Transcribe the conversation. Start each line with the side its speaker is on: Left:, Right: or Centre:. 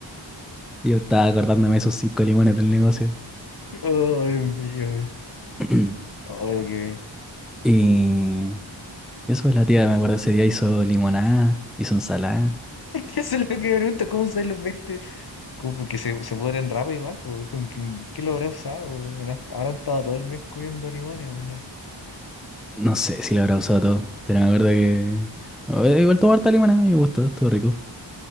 Centre: Y yo estaba acordándome de esos cinco limones del negocio.
Left: Oh, Dios mío, man.
Centre: <clears throat>
Left: Oh, lo que... <laughs>
Centre: Y eso es la tía, me acuerdo ese día hizo limonada, hizo ensalada.
Left: Es que eso es lo que me pregunto, ¿cómo usan los 20? ¿Cómo? Porque se, se pudren rápido igual, pues, ¿con quién- qué lo habrá usado? weón? Habrán habrán estado todo el mes comiendo limones, weón.
Centre: No sé si lo habrá usado todo, pero me acuerdo que... o- eh, Igual tomar harta limonada, me gustó, estuvo rico.